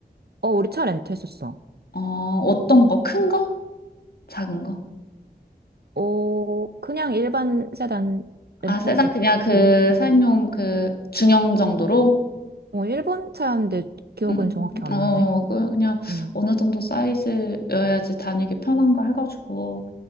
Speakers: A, on the right (about 65°); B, on the left (about 65°).
A: 어, 우리 차 렌트했었어.
B: 어, 어떤 거? 큰 거? 작은 거?
A: 어, 그냥 일반 세단 렌트했었지.
B: 아, 세단 그냥 그
A: 응.
B: 사인용 그 중형 정도로?
A: 어, 일본 차인데 기억은
B: 음,
A: 정확히 안
B: 어,
A: 나네.
B: 그- 그냥
A: 음.
B: 어느 정도 사이즈여야지 다니기 편한 거 해가지고.